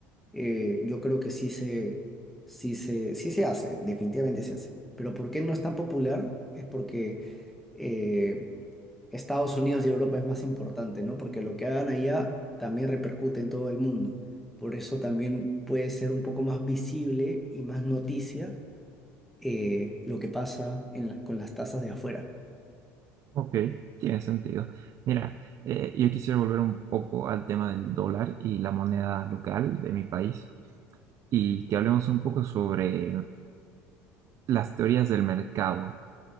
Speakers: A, in the centre; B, on the right.
A: eh, yo creo que sí se, sí se, sí se hace, definitivamente se hace. Pero ¿por qué no es tan popular? Es porque eh, Estados Unidos y Europa es más importante, ¿no? Porque lo que hagan allá también repercute en todo el mundo. Por eso también puede ser un poco más visible y más noticia eh, lo que pasa en la- con las tasas de afuera.
B: Ok, tiene sentido. Mira, eh, yo quisiera volver un poco al tema del dólar y la moneda local de mi país y que hablemos un poco sobre las teorías del mercado.